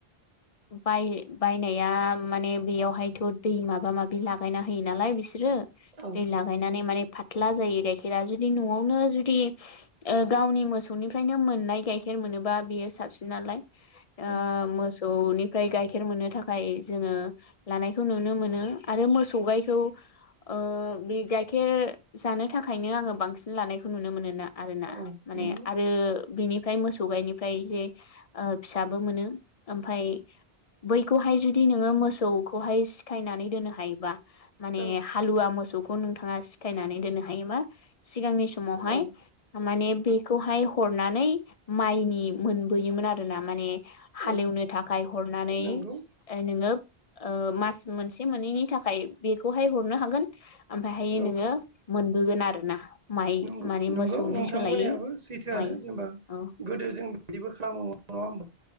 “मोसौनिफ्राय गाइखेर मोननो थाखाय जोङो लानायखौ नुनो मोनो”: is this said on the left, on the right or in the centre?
Left